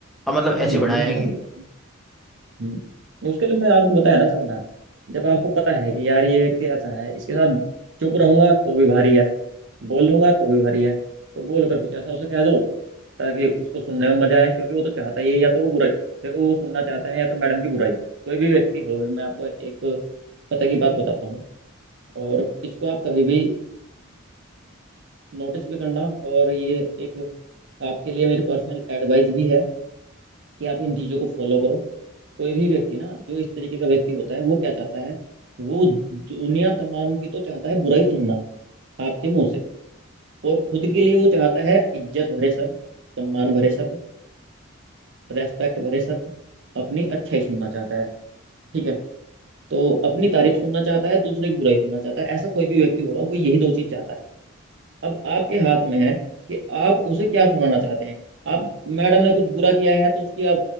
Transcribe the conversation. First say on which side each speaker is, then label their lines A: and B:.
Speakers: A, in the centre; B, on the right.
A: अब मतलब
B: समझ
A: ऐसे
B: गया
A: बढ़ाएंगे
B: मैं समझ गया हम्म नहीं, उसके लिए मैं आपको बताया ना समाधान जब आपको पता है कि यार ये व्यक्ति ऐसा है इसके साथ चुप रहूंगा तो भी भारी है बोलूंगा तो भी भारी है तो बोल कर कुछ ऐसा उसे कह दो ताकि उसको सुनने में मजा आए क्योंकि वो तो चाहता ही है या तो वो बुराई देखो वो सुनना चाहता है या तो मैडम की बुराई कोई भी व्यक्ति हो मैं आपको एक पता की बात बताता हूँ और इसको आप कभी भी नोटिस भी करना और ये एक आपके लिए मेरी पर्सनल एडवाइस भी है कि आप इन चीज़ों को फॉलो करो कोई भी व्यक्ति ना जो इस तरीके का व्यक्ति होता है वो क्या चाहता है वो दुनिया तमाम की तो चाहता है बुराई सुनना आपके मुंह से और खुद के लिए वो चाहता है इज्जत भरे शब्द सम्मान भरे शब्द रेस्पेक्ट भरे शब्द अपनी अच्छाई सुनना चाहता है ठीक है तो अपनी तारीफ सुनना चाहता है दूसरे की बुराई सुनना चाहता है ऐसा कोई भी व्यक्ति होगा वो यही दो चीज चाहता है अब आपके हाथ में है कि आप उसे क्या सुनाना चाहते हैं आप मैडम ने कुछ बुरा किया है तो उसकी आप